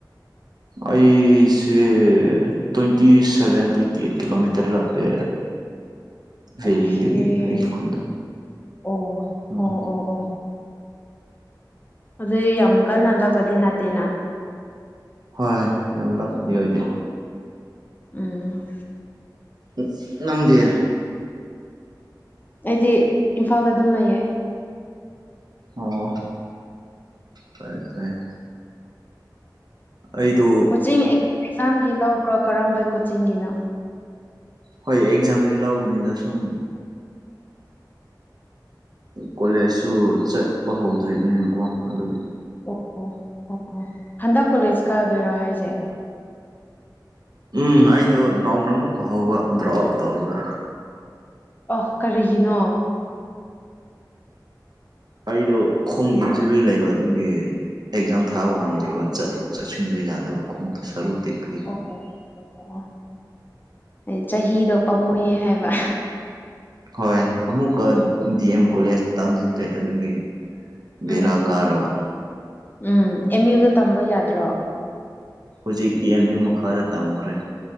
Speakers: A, on the right (about 65°); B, on the left (about 25°).
A: ꯑꯩꯁꯦ twenty seven twenty eight kilometre ꯂꯥꯞꯄꯦ ꯚꯦꯂꯤꯗꯒꯤ
B: ꯑꯣꯈ‌ꯦ
A: ꯑꯩꯒꯤ ꯈꯨꯟꯗꯣ
B: ꯑꯣ
A: ꯎꯝ
B: ꯑꯣ ꯑꯣ ꯑꯣ ꯑꯗꯨ ꯌꯥꯝ ꯀꯟꯅ ꯂꯥꯞꯄꯗꯤ ꯅꯠꯇꯦꯅ
A: ꯍꯣꯏ ꯌꯥꯝ ꯂꯥꯞꯄꯗꯤ ꯑꯣꯏꯗꯦ
B: ꯎꯝ
A: ꯎꯪ ꯅꯪꯗꯤ
B: ꯑꯩꯗꯤ ꯏꯝꯐꯥꯜꯗ ꯑꯗꯨꯝ ꯂꯩꯌꯦ
A: ꯑꯣ ꯐꯩꯏ ꯐꯩꯏ ꯑꯩꯗꯣ
B: ꯀꯣꯆꯤꯡ ꯑꯦꯛꯖꯥꯝꯒꯤ ꯂꯧꯕ꯭ꯔꯣ ꯀꯔꯝꯕ ꯀꯣꯆꯤꯡꯒꯤꯅꯣ
A: ꯍꯣꯏ ꯑꯦꯛꯖꯥꯝꯒꯤ ꯂꯧꯕꯅꯤꯗ ꯁꯨꯝ ꯀꯣꯂꯦꯖꯁꯨ ꯆꯠꯄ ꯍꯧꯗ꯭ꯔꯤꯕꯅꯤꯅꯀꯣ ꯑꯗꯨꯒꯤ
B: ꯑꯣ ꯑꯣ ꯑꯣ ꯑꯣ ꯍꯟꯗꯛ ꯀꯣꯂꯦꯖ ꯀꯥꯗꯣꯏꯔꯣ ꯍꯥꯏꯁꯦ
A: ꯎꯝ ꯑꯩꯗꯣ ꯅꯧꯅ ꯑꯃꯨꯛꯀ ꯍꯧꯕ ꯗ꯭ꯔꯣꯞ ꯑꯥꯎꯠ ꯇꯧꯔꯒ
B: ꯑꯍ ꯀꯔꯤꯒꯤꯅꯣ
A: ꯑꯩꯗꯣ ꯈꯣꯡ ꯏꯟꯖꯨꯔꯤ ꯂꯩꯕ ꯑꯗꯨꯒꯤ ꯑꯦꯛꯖꯥꯝ ꯊꯥꯕ
B: ꯑꯣ
A: ꯉꯝꯗ꯭ꯔꯕ ꯆꯠꯊꯣꯛ ꯆꯠꯁꯤꯟꯗꯣ ꯌꯥꯗꯕ ꯈꯣꯡꯗꯣ ꯁꯔꯨ ꯇꯦꯛꯒꯤ
B: ꯑꯣ ꯑꯩ ꯆꯍꯤꯗꯣ ꯄꯥꯝꯃꯨꯌꯦ ꯍꯥꯏꯕ
A: ꯍꯣꯏ ꯑꯃꯨꯛꯀ ꯗꯤ ꯑꯦꯝ ꯀꯣꯂꯦꯖꯇ ꯇꯝꯖꯤꯜꯂ‌ꯦ ꯑꯗꯨꯒꯤ ꯕꯦꯔꯥ
B: ꯎꯝ
A: ꯀꯥꯔꯕ
B: ꯎꯝ ꯑꯦꯝ ꯌꯨꯗ ꯇꯝꯕ ꯌꯥꯗ꯭ꯔꯣ
A: ꯍꯧꯖꯤꯛꯇꯤ ꯑꯦꯝ ꯌꯨ ꯃꯈꯥꯗ ꯇꯝꯈ꯭ꯔꯦ